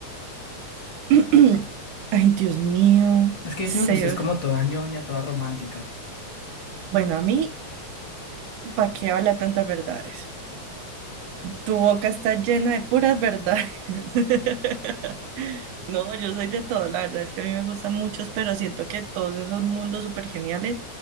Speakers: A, on the right (about 85°); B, on the left (about 40°).
A: <clears throat> Ay, Dios mío,
B: Es que
A: Seb.
B: yo siento que usted es como toda ñoña, toda romántica.
A: Bueno, a mí, ¿para qué habla tantas verdades? Tu boca está llena de puras verdades. <laughs> No, yo soy de todo, la verdad es que a mí me gustan muchos, pero siento que todos esos mundos súper geniales